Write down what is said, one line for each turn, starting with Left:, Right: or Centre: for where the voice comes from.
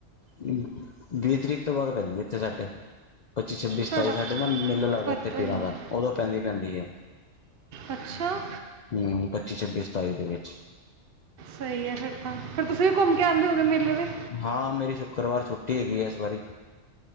Left: ਵੀਹ ਤਰੀਕ। ਤੋਂ ਬਾਅਦ ਪੈਂਦੇ ਇੱਥੇ ਸਾਡੇ, ਪੱਚੀ, ਛੱਬੀ,
Right: ਸਾਡਾ
Left: ਸਤਾਈ ਸਾਡੇ ਨਾ ਮੇਲਾ ਲੱਗਦਾ
Right: ਪਤਾ
Left: ਇੱਥੇ ਪੀਰਾਂ
Right: ਹੀ ਨਹੀਂ
Left: ਦਾ। ਉਦੋਂ ਪੈਂਦੀ-ਪੈਂਦੀ ਐ।
Right: ਅੱਛਾ
Left: ਹਮ, ਪੱਚੀ, ਛੱਬੀ, ਸਤਾਈ ਦੇ ਵਿੱਚ।
Right: ਸਹੀ ਐ ਫਿਰ ਤਾਂ, ਫੇਰ ਤੁਸੀਂ ਵੀ ਘੁੰਮ ਕੇ ਆਂਦੇ ਹੋਵੋਗੇ ਮੇਲੇ ਵਿਚ
Left: ਹਾਂ, ਮੇਰੀ ਸ਼ੁੱਕਰਵਾਰ ਛੁੱਟੀ ਹੈਗੀ ਐ ਇਸ ਵਾਰੀ।